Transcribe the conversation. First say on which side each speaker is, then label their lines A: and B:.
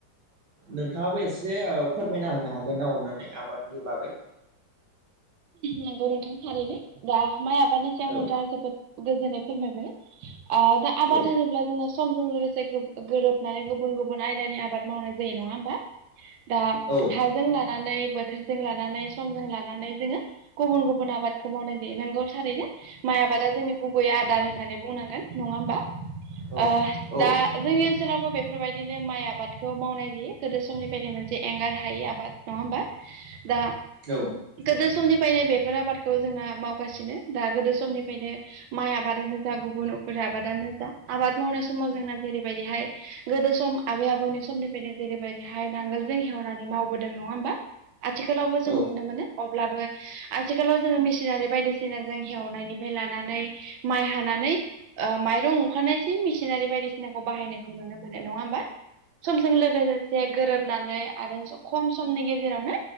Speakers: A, on the right; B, on the right.
A: नोंथाङाबो एसे ओ फोरमायना होनो हागोन ना अननानै, आबादनि बागै?
B: नंगौ नोंथां थारैनो, दा माइ आबादनि सायाव
A: औ
B: नोंथाङा जोबोद गोजोननाय फोरमायबाय। ओ दा आबाद
A: औ
B: होनोब्ला जोंना समजों लोगोसे गोरोब नानै गुबुन गुबुन आयदानि आबाद मावनाय जायो नङा होमबा? दा
A: औ।
B: हाजों लानानै, बोथोरजों लानानै, समजों लानानै जोङो गुबुन गुबुन आबादखौ मावनाय जायो, नोंगौ थारैनो माइ आबादा जोंनि गुबैयै आदार होननानै बुंनांगोन नङा होमबा?
A: औ
B: ओ
A: औ
B: दा जोंनि ओनसोलावबो बेफोरबायदिनो माइ आबादखौ मावनाय जायो, गोदो समनिफ्रायनो मोनसे एंगार हायि आबाद। नङा होमबा? दा
A: औ
B: गोदो समनि फायनो बेफोर आबादखौ जोंना मावगासिनो, दा गोदो समनिफ्रायनो माइ आबादानो जा गुबुनफोर आबादानो जा आबाद मावनाय समाव जोंना जेरैबायदिहाय गोदो सम आबै आबौनि समनिफ्रायनो जेरैबायदिहाय नांगोलजों हेवनानै मावबोदों, नङा होमबा? आथिखालावबो
A: औ
B: जोङो नुनो मोनो, अब्लाबो आथिखालाव जोङो मेसिनारि बायदिसिना जों हेवनायनिफ्राय लानानै माइ हानानै ओ माइरं ओंखारनायसिम मेसिनारि बायदिसिनाखौ बाहायनायखौ नुनो मोनो, नङा होमबा? समजों लोगोसे गोरोबनानै आरो खम समनि गेजेरावनो